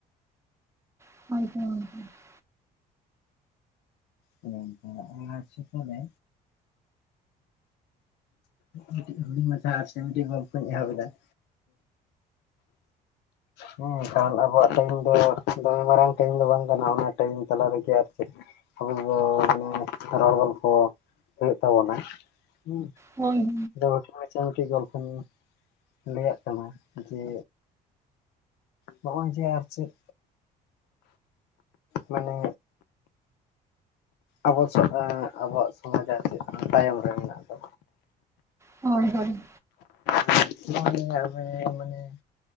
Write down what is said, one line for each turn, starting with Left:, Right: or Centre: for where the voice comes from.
Right: <inaudible>
Left: <inaudible> ᱨᱮ ᱢᱤᱫᱴᱤᱡ ᱦᱩᱰᱤᱧ ᱢᱟᱪᱷᱟ ᱟᱨ ᱥᱮ ᱢᱤᱫᱴᱤᱡ ᱜᱚᱞᱯᱚᱧ ᱮᱦᱚᱵ ᱮᱫᱟ᱾ <inaudible> ᱦᱮᱸ ᱠᱷᱟᱱ ᱟᱵᱚᱣᱟᱜ ᱴᱟᱭᱤᱢ ᱫᱚ ᱫᱚᱢᱮ ᱢᱟᱨᱟᱝ ᱴᱟᱭᱤᱢ ᱫᱚ ᱵᱟᱝ ᱠᱟᱱᱟ ᱚᱱᱟ ᱴᱟᱭᱤᱢ ᱛᱟᱞᱟ ᱨᱮᱜᱮ ᱟᱨ ᱪᱮᱫ᱾ ᱟᱵᱚ ᱫᱚ ᱢᱟᱱᱮ ᱨᱚᱲ ᱜᱚᱞᱯᱷᱚ ᱦᱩᱭᱩᱜ ᱛᱟᱵᱚᱱᱟ᱾ ᱦᱩᱸ
Right: ᱦᱳᱭ
Left: ᱤᱧ ᱫᱚ ᱦᱩᱰᱤᱧ ᱢᱟᱪᱷᱟ ᱢᱤᱫᱴᱤᱡ ᱜᱚᱞᱯᱚᱧ ᱞᱟᱹᱭᱟᱜ ᱠᱟᱱᱟ ᱡᱮ᱾ ᱱᱚᱜᱼᱚᱸᱭ ᱡᱮ ᱟᱨ ᱪᱮᱫ, ᱢᱟᱱᱮ ᱟᱵᱚ <inaudible> ᱟᱵᱚᱣᱟᱜ ᱥᱚᱢᱟᱡᱽ ᱟᱨ ᱪᱮᱫ ᱛᱟᱭᱚᱢ ᱨᱮ ᱢᱮᱱᱟᱜ ᱫᱚ
Right: ᱦᱳᱭ ᱦᱳᱭ᱾
Left: <inaudible> ᱧᱮᱞ ᱢᱮ ᱢᱟᱱᱮ᱾